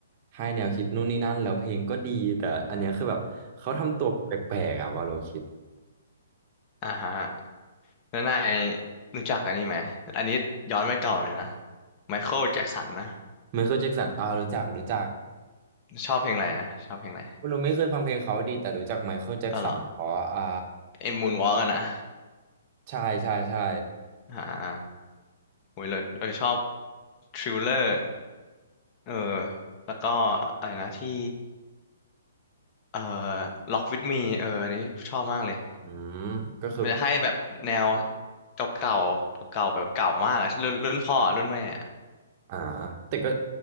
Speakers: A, on the right (about 35°); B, on the left (about 30°).
A: ให้แนวคิดนู่นนี่นั่นแล้วเพลงก็ดีแต่อันเนี้ยคือแบบเขาทำตัวแปลกๆอะวาโลคิด
B: <laughs> อ่าฮะแล้วนายรู้จักอันนี้ไหมอันนี้ย้อนไปเก่าเลยนะไมเคิลแจ็กสันนะ
A: ไมเคิลแจ็กสันอ่ารู้จักรู้จัก
B: ชอบเพลงอะไรอ่ะชอบเพลงอะไร
A: วาโลไม่เคยฟังเพลงเขาดีแต่รู้จักไมเคิลแจ็กสันเพราะอ่า
B: อ๋อเหรอไอ้มูนวอล์กอะนะ
A: ใช่ใช่ใช่
B: อ่าโอ้ยเราเราชอบทริลเลอร์เออแล้วก็อะไรนะที่เอ่อล็อกวิดมีเอออันนี้ชอบมากเลย
A: อืมก็คือ
B: มันจะให้แบบแนวเก่าๆเก่าๆแบบเก่ามากอะรุ่นรุ่นพ่ออะรุ่นแม่อะ
A: อ่าแต่ก็